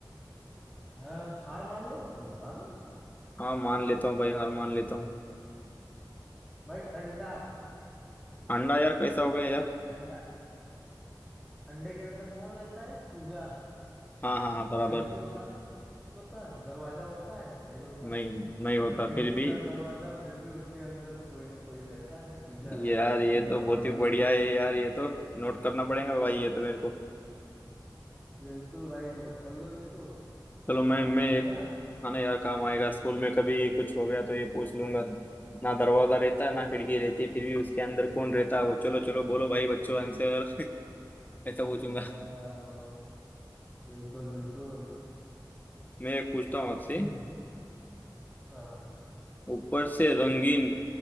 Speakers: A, in the centre; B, on the left (about 20°).
A: हाँ, हार मान लो तो मैं बता दूं
B: हाँ मान लेता हूँ भाई हार मान लेता हूँ
A: भाई अंडा
B: अंडा यार कैसा हो गया यार
A: अंडा अंडे के अंदर कौन रहता है चूजा
B: हाँ हाँ हाँ बराबर
A: खिड़की होता है नहीं होता है दरवाजा होता है नहीं होता
B: नहीं नहीं
A: तो
B: होता
A: ना खिड़की
B: फिर भी
A: ना दरवाजा फिर भी उसके अंदर कोई ना कोई रहता है चूजा रहता
B: यार
A: है
B: ये
A: चूजा
B: तो बहुत
A: बाहर
B: ही
A: आता
B: बढ़िया
A: है
B: है यार ये तो नोट करना पड़ेगा भाई ये तो मेरे को
A: बिल्कुल भाई नोट कर लो इसको
B: चलो मैं
A: काम
B: मैं
A: आएगा
B: एक खाना यार काम आएगा स्कूल में कभी कुछ हो गया तो ये पूछ लूंगा ना दरवाजा रहता है ना खिड़की रहती फिर भी उसके अंदर कौन रहता है वो चलो चलो बोलो भाई बच्चों आंसर <laughs> ऐसा पूछूंगा
A: हाँ बहुत- बिल्कुल बिल्कुल
B: मैं एक पूछता हूँ आपसे
A: हम्म हाँ
B: ऊपर से रंगीन